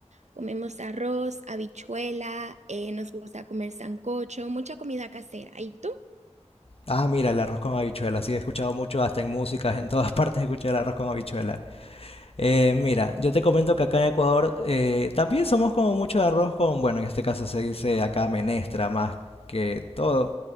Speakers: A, on the right; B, on the left.
A: Comemos arroz, habichuela, eh, nos gusta comer sancocho, mucha comida casera. ¿Y tú?
B: Ah, mira, el arroz con habichuela. Sí, he escuchado mucho, hasta en músicas, en todas <laughs> partes he escuchado el arroz con habichuela. Eh, mira, yo te comento que acá en Ecuador eh, también somos como mucho de arroz con, bueno, en este caso se dice acá menestra más que todo,